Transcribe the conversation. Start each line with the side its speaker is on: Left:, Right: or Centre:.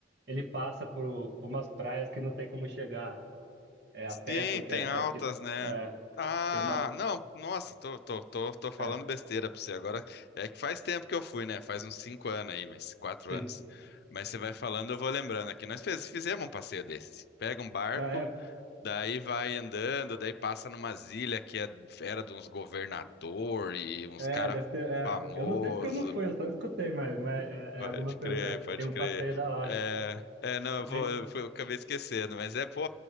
Right: ele passa por, por umas praias que não tem como chegar é, a
Left: Sim,
Right: pé, porque
Left: tem
Right: é,
Left: altas,
Right: é tipo.
Left: né?
Right: É,
Left: Ah,
Right: tem uma.
Left: não, nossa, tô, tô, tô, tô falando
Right: É,
Left: besteira pra você agora. É que faz tempo que eu fui, né? Faz uns cinco anos aí, mas quatro
Right: sim.
Left: anos. Mas você vai falando, eu vou lembrando aqui. Nós fez- fizemos um passeio desse. Pega um barco,
Right: Ah, é,
Left: daí vai andando, daí passa numa ilha que é- era de uns governador e uns
Right: é,
Left: cara
Right: deve ter. É.
Left: famoso.
Right: Eu não sei porque eu não fui, eu só escutei, mas, mas é,
Left: Pode
Right: é algumas
Left: crer,
Right: coisas. É.
Left: pode
Right: Tem um
Left: crer.
Right: passeio da hora.
Left: É, é, não, eu vou,
Right: Ai,
Left: eu fui- eu acabei esquecendo, mas é, pô,